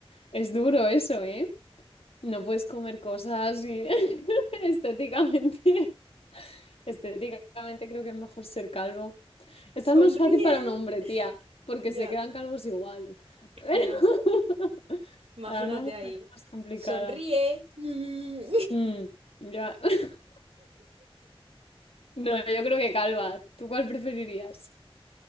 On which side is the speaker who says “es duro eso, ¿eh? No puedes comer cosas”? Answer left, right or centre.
Left